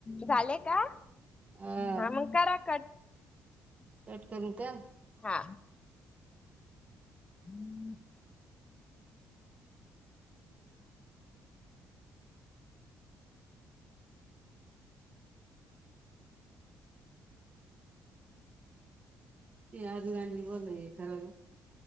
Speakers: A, on the left (about 25°); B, on the right (about 35°).
A: झाले का
B: हम
A: हा मग करा कट
B: कट करू का
A: हा <inaudible>
B: ते आधी बोलल खरं,